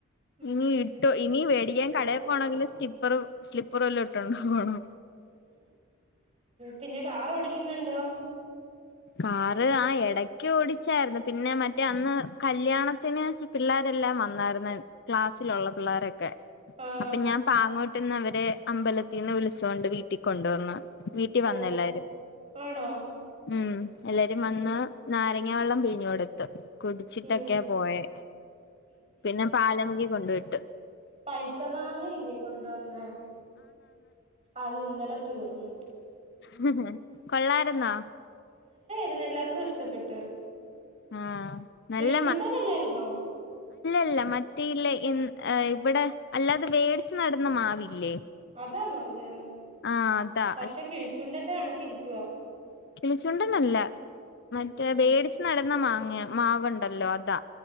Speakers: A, on the right; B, on the left.
A: ഉം
B: ഇനി
A: ഉം
B: ഇട്ടോ ഇനി മേടിക്കാൻ
A: പേടിക്കാൻ
B: കടയി പോണമെങ്കിൽ
A: തൊട
B: സ്റ്റിപ്പർ സ്ലിപ്പർ വല്ലോം ഇട്ടോണ്ട് പോണം
A: പിന്നെ കാർ ഓടിക്കുന്നുണ്ടോ
B: കാറ് ആ ഇടക്ക് ഓടിച്ചായിരുന്നു പിന്നെ മറ്റേ അന്ന് കല്യാണത്തിന് പിള്ളേരെല്ലാം വന്നായിരുന്ന ക്ലാസ്സിലുള്ള പിള്ളാരൊക്കെ ക്കെ
A: ആഹ്
B: അപ്പൊ ഞാൻ പാങ്ങോട്ട് പെട്ടുന്നവരെ അമ്പലത്തിൽ നിന്ന് വിളിച്ച് കൊണ്ട് വീട്ടിൽ കൊണ്ടുവന്ന്. വീട്ടി വന്ന്
A: ഓ
B: എല്ലാരും
A: ഓ ആണോ.
B: ഉം എല്ലാരും വന്ന്
A: ഉം
B: നാര ഞ വെള്ളം പിഴിഞ്ഞു കൊടുത്ത്. കുടിച്ചിട്ടൊക്കെ
A: ഉം
B: പോയെ പിന്നെ പാലമുഖി കൊണ്ടു വിട
A: പൈത്ത മാങ്ങയില്ലേ കൊണ്ടുവന്നേ അത് ഇന്നലേ തീർന്നു.
B: <unintelligible> കൊള്ളാ ടുന്നാ
A: രുന്നു എല്ലാർക്കും ഇഷ്ടപ്പെട്ട്.
B: ആഹ്.
A: കിളിച്ചൂണ്ടന്നല്ലായിരുന്നോ
B: നല്ല ല്ല മറ്റേ ഇല്ല ഇവിടെ അല്ലാതെ വേടിച്ച് നടുന്ന മാവില്ലേ?
A: അതാണോ ഇത്
B: ആഹ് അതാ
A: പക്ഷെ കിളിച്ചുണ്ടന്റെ കണക്ക് ഇരിക്കും <unintelligible>
B: കിളിച്ചുണ്ടന്നല്ല മറ്റേ
A: ഉം
B: മേടിച്ച് നട്ന്ന മാവ് അ മാവ്ണ്ടല്ലോ അതാ